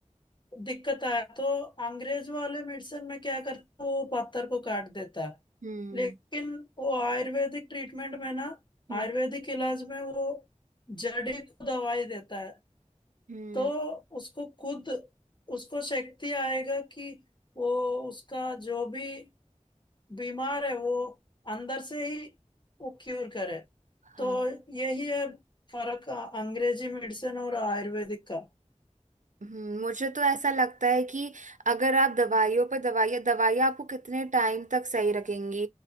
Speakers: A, on the left; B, on the right.
A: दिक्कत आया तो अंग्रेज वाले मेडिसिन में क्या करता है, वो पत्तर को काट देता है
B: हम्म
A: लेकिन वो आयुर्वेदिक ट्रीटमेंट में ना
B: हम्म
A: आयुर्वेदिक इलाज में वो जड़ी को दवाई देता है
B: हम्म।
A: तो उसको खुद उसको शक्ति आएगा कि वो उसका जो भी बीमार है वो अंदर से ही वो क्यूर करे
B: हाँ
A: तो यही है फर्क अ- अंग्रेजी मेडिसिन और आयुर्वेदिक का
B: हम्म, मुझे तो ऐसा लगता है कि अगर आप दवाइयों पर दवाइयाँ दवाइयाँ आपको कितने टाइम तक सही रखेंगी